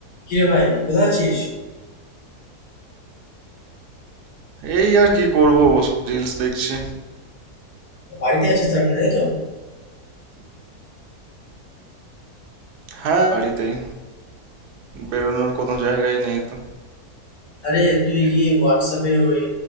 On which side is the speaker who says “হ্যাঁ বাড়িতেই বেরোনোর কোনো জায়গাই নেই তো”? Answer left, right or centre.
Right